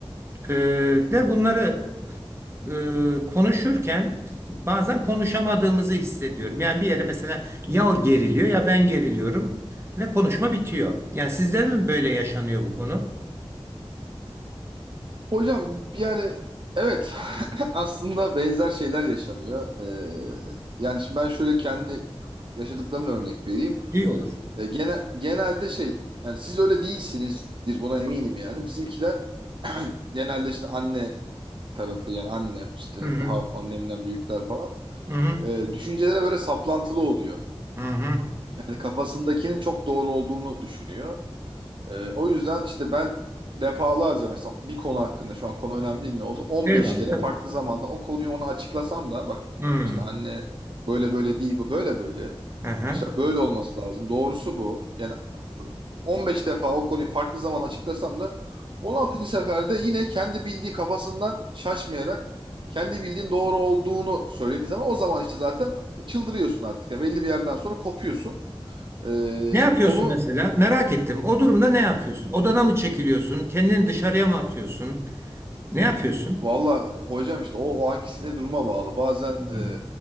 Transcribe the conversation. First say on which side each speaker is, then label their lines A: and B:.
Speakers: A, on the right; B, on the right.
A: E, de bunları e, konuşurken bazen konuşamadığımızı hissediyorum. Yani bir yere mesela ya o geriliyor ya ben geriliyorum ve konuşma bitiyor. Yani sizler mi böyle yaşanıyor bu konu?
B: Hocam yani evet <laughs> aslında benzer şeyler yaşanıyor. Ee, yani şimdi ben şöyle kendi yaşadıklarımla örnek vereyim.
A: İyi olur.
B: Ee, gene, genelde şey yani siz öyle değilsinizdir buna eminim yani. Bizimkiler <clears throat> genelde işte anne tarafı yani annem işte
A: Hı hı.
B: daha annemden büyükler falan.
A: Hı hı.
B: Ee, düşüncelere böyle saplantılı oluyor.
A: Hı hı.
B: Yani kafasındakinin çok doğru olduğunu düşünüyor. Ee, o yüzden işte ben defalarca mesela bir konu hakkında şu an konu önemli değil ne oldu? 15
A: Eyvallah
B: kere
A: tabii.
B: farklı zamanda o konuyu ona açıklasam da bak
A: Hı.
B: işte anne böyle böyle değil bu böyle böyle.
A: Aha.
B: İşte böyle olması lazım. Doğrusu bu. Yani e, 15 defa o konuyu farklı zaman açıklasam da 16. seferde yine kendi bildiği kafasından şaşmayarak kendi bildiğin doğru olduğunu söylediği zaman o zaman işte zaten çıldırıyorsun artık. Yani belli bir yerden sonra kopuyorsun. Ee,
A: Ne yapıyorsun
B: konu
A: mesela? Merak ettim. O durumda ne yapıyorsun? Odana mı çekiliyorsun? Kendini dışarıya mı atıyorsun? Ne yapıyorsun?
B: Valla hocam işte o, o anki sinir duruma bağlı. Bazen e,
A: Hı hı.